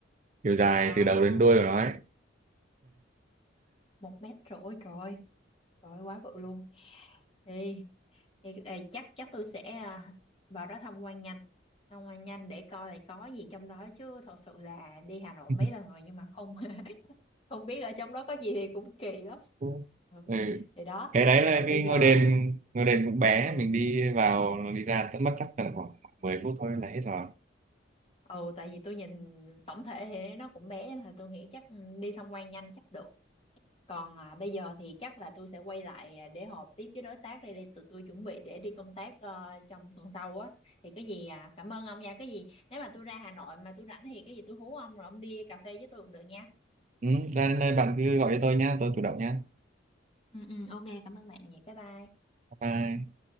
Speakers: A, on the right (about 40°); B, on the left (about 30°).
A: chiều dài
B: à
A: từ đầu đến đuôi của nó ấy
B: một mét rưỡi trời trời quá bự luôn đi Thì, ê, chắc chắc tôi sẽ à, vào đó tham quan nhanh tham quan nhanh để coi là có gì trong đó chứ thật sự là đi Hà Nội
A: <laughs>
B: mấy lần rồi nhưng mà không <laughs> không biết ở trong đó có gì thì cũng kỳ lắm
A: Ừ.
B: ừ.
A: ừ.
B: thì đó
A: cái đấy là
B: ừ, bây
A: cái
B: giờ
A: ngôi đền ngôi đền cũng bé
B: ừ,
A: mình đi vào đi ra tận mất chắc tầm khoảng 10 phút thôi là hết rồi
B: ừ tại vì tôi nhìn tổng thể thì nó cũng bé nên là tôi nghĩ chắc ừ, đi tham quan nhanh chắc được Còn à, bây giờ thì chắc là tôi sẽ quay lại à, để họp tiếp với đối tác đây để tụi tôi chuẩn bị để đi công tác ờ, trong tuần sau á. Thì cái gì à, cảm ơn ông nha. Cái gì nếu mà tôi ra Hà Nội mà tôi rảnh thì cái gì tôi hú ông rồi ông đi cà phê với tôi cũng được nha.
A: Ừ, ra đến đây bạn cứ gọi cho tôi nhá, tôi chủ động nhá.
B: ừ, ừ, ok cảm ơn bạn nhiều Bye bye.
A: Bye. bye.